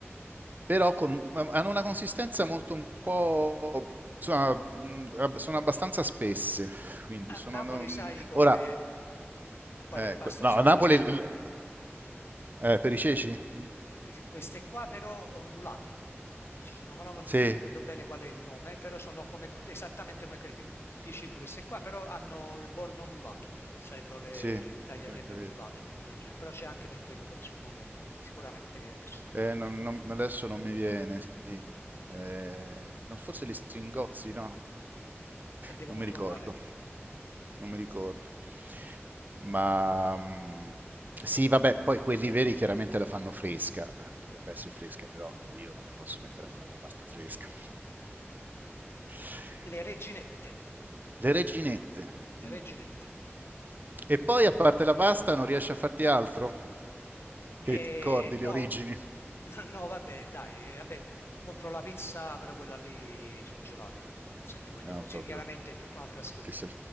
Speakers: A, on the right; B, on the left.
A: Però con un- hanno una consistenza molto un po'... Insomma, mh, ab- sono abbastanza spesse, quindi
B: A
A: sono...
B: Napoli
A: non-
B: sai come
A: Ora,
B: le, il quale
A: eh,
B: pasta
A: que- no,
B: usiamo
A: a Napoli...
B: per i ceci.
A: l- l- eh, per i ceci? Mm,
B: Di Queste qua però ondulate. Ci sono, ma no, non
A: Sì,
B: mi ricordo bene qual è il nome, però sono come, esattamente come quelle che dici tu, queste qua, però hanno il bordo ondulato. Sarebbero le
A: sì,
B: tagliatelle
A: sì, capito.
B: ondulate, qualcosa del genere. Però c'è anche per quello, forse un nome, sicuramente, che adesso non
A: Eh,
B: mi...
A: non- non- adesso non mi viene, sì. Eh, no, forse gli Stringozzi, no?
B: E devo
A: Non
B: controllare.
A: mi ricordo, non mi ricordo. Ma mm, sì, vabbè, poi quelli veri chiaramente la fanno fresca, Eh, dovrebbe essere fresca, però oh, io non mi posso mettere a fare la pasta fresca. <laughs>
B: Le reginette.
A: Le reginette.
B: Le
A: Mm.
B: reginette.
A: E poi, a parte la pasta, non riesci a farti altro?
B: E
A: Che ti ricordi
B: no,
A: le origini?
B: <laughs> no, vabbè, dai, vabbè, com- compro la pizza, però quella lì surgelata, se mi voglio,
A: Ah, proprio.
B: cioè chiaramente è tutta un'altra storia.
A: Ti sei...